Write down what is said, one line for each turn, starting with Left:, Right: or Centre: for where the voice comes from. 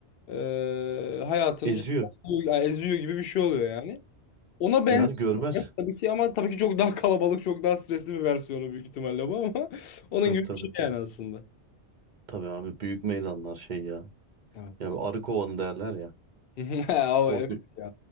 Left: e, hayatını
Right: eziyor.
Left: eziyor, eziyor gibi bir şey oluyor yani. Ona benziyor
Right: Yani görmez.
Left: tabii ki ama tabii ki çok daha kalabalık, çok daha stresli bir versiyonu büyük ihtimalle bu ama <laughs> onun
Right: Tabii
Left: gibi
Right: tabii.
Left: bir şey yani aslında.
Right: Tabii abi büyük meydanlar şey ya.
Left: Evet.
Right: Yani arı kovanı derler ya.
Left: <laughs> Ama
Right: Korku-
Left: evet ya